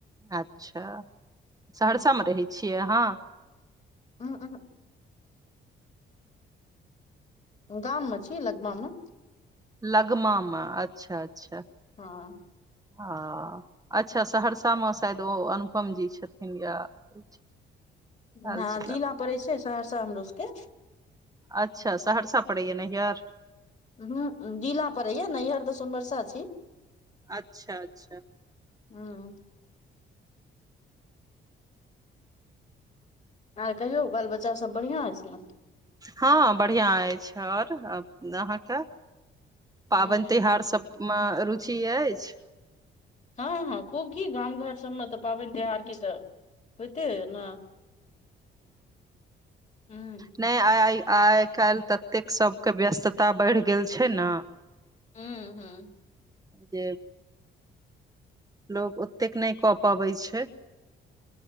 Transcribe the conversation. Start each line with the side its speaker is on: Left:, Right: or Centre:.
Right: अच्छा सहरसा
Left: उहूं
Right: मे रहै छिय अहाँ
Left: <unintelligible> गाम मे छी लगमा मे
Right: लगमा मेा अच्छा अच्छा
Left: हॉं
Right: ओ अच्छा सहरसा मे शायद ओ अनुपम जी छथिन या <unintelligible> आयल
Left: ह
Right: छल
Left: जिला पड़ै छैय सहरसा हमरो सभ के
Right: अच्छा सहरसा पड़ैय नहियर
Left: ह जिला पड़े या नहियर तऽ सहरसा छि
Right: अच्छा अच्छा
Left: हँ आर कहियौ बाल बच्चा सब बढ़िआँ अछि न
Right: ह बढ़िआँ अछि आ ओर अहाँके पाबन
Left: हूं
Right: तिहार सभमे रुचि अछि
Left: हँ हँ खूब की गाम घर सबमे तऽ पाबनि त्योहारके तऽ होइतै अय न हुँ
Right: नय आ आइ काल्हि ततेक सबके व्यस्तता बढ़ि गेल छै न
Left: हुँ हुँ
Right: जे लोग ओतेक नय कऽ पबै छै